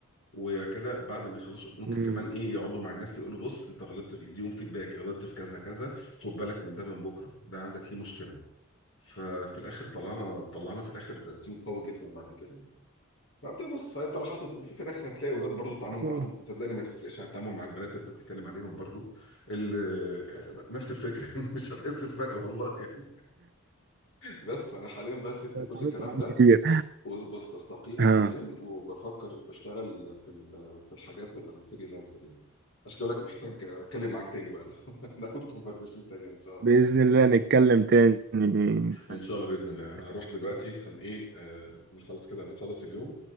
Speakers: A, on the left; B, on the right.
A: وكده بعد ما يخلصوا ممكن
B: مم.
A: كمان ايه يقعدوا مع الناس يقولوا بص انت غلطت في يديهم فيدباك غلطت في كذا كذا خد بالك من ده من بكره ده عندك فيه مشكله ففي الاخر طلعنا طلعنا في الاخر تيم قوي جدا بعد كده يعني فبتبص بص فانت لو حصلت وفي في الاخر هتلاقي ولاد برضو التعامل
B: سبحان
A: معاهم
B: الله
A: صدقني ما يفرقش عن التعامل مع البنات اللي انت بتتكلم عليهم برضو ال- نفس الفكره <laughs> يعني مش هتحس بفرق والله يعني. بس فانا حاليا بقى سبت
B: اتعاملت
A: كل الكلام
B: معاهم
A: ده
B: كتير
A: بص بص بستقيل
B: ها
A: حاليا وبفكر بشتغل في ال- في الحاجات ال- الفريلانسر يعني عشان كده بقول لك محتاج اتكلم معاك تاني بقى <laughs> ناخد كونفرزيشن تانية ان شاء الله
B: بإذن
A: يعني
B: الله نتكلم تاني في
A: ان
B: أي
A: شاء
B: وقت.
A: الله باذن الله انا هروح دلوقتي هن ايه آه نخلص كده نخلص اليوم